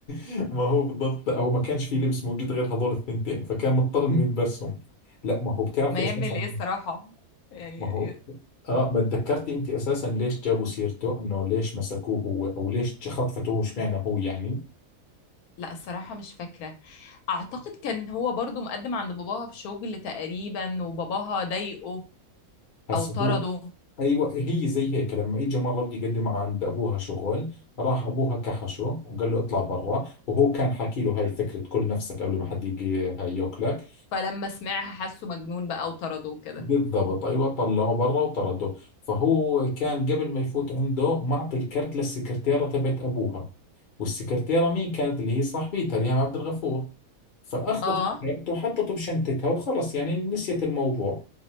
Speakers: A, on the left; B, on the left.
A: ما هو بالضبط لا هو ما كانش في لبس موجود غير هذول الثنتين فكان مضطر انه يلبسهم لا ما هو بتعرفي
B: ما
A: اساسا
B: يعمل ايه الصراحه يعني
A: ما هو
B: ي-
A: اه ما تذكرتي انت اساسا ليش جابوا سيرته انه ليش مسكوه هو او ليش خطفته هو اشمعنى هو يعني
B: لا الصراحه مش فاكره اعتقد كان هو برضو مقدم عند باباها في شغل تقريبا وباباها ضايقه
A: هسه
B: او طرده
A: هو ايوه هي زي هيك لما اجى مره بده يقدم عند ابوها شغل راح ابوها كحشه وقال له اطلع برا وهو كان حاكي له هاي الفكره كل نفسك قبل ما حد يجي هاي ياكلك
B: فلما سمعها حسه مجنون بقى وطرده وكده
A: بالضبط ايوه طلعه برا وطرده فهو كان قبل ما يفوت عنده معطي الكرت للسكرتيره تبعت ابوها والسكرتيره مين كانت اللي هي صاحبتها ريهام عبد الغفور فاخذت
B: اه
A: الكرت وحطته بشنتتها وخلص يعني نسيت الموضوع